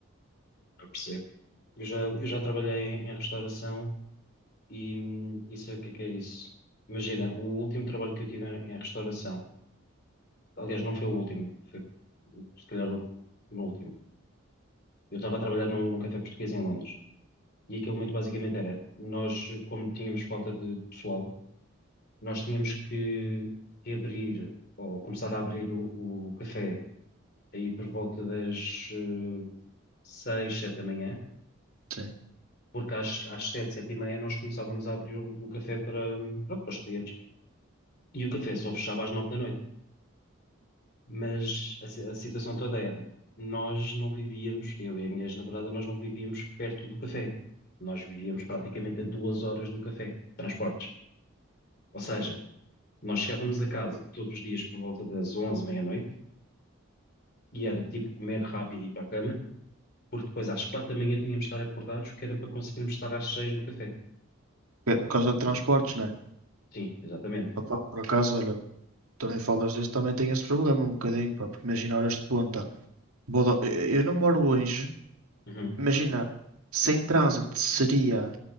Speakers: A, on the left (about 45°); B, on the right (about 85°).
A: Eu percebo. Eu já, eu já trabalhei em, em restauração e, hum, e sei o que é que é isso. Imagina, o último trabalho que eu tive em, em restauração, aliás, não foi o último, foi o- se calhar o penúltimo. Eu estava a trabalhar num, num café português em Londres e aquilo muito basicamente era, nós, como tínhamos falta de pessoal, nós tínhamos que, que abrir, ou começar a abrir o, o café aí por volta das eh, seis, sete da manhã,
B: Sim.
A: porque às, às sete, sete e meia nós começávamos a abrir o, o café para, pronto, para os clientes. E o café só fechava às nove da noite. Mas a, si- a situação toda era, nós não vivíamos, eu e a minha ex-namorada, nós não vivíamos perto do café. Nós vivíamos praticamente a duas horas do café, transportes. Ou seja, nós chegávamos a casa todos os dias por volta das onze, meia-noite, e era tipo comer rápido e ir para a cama, porque depois às quatro da manhã tínhamos de estar acordados, que era para conseguirmos estar às seis no café.
B: É Por causa de transportes, né?
A: Sim, exatamente.
B: Opá, por acaso, olha, também falas disso, também tenho esse problema um bocadinho, pá, porque imagina horas de ponta. Vou da- eu não moro longe,
A: Uhum,
B: Imagina, sem trânsito seria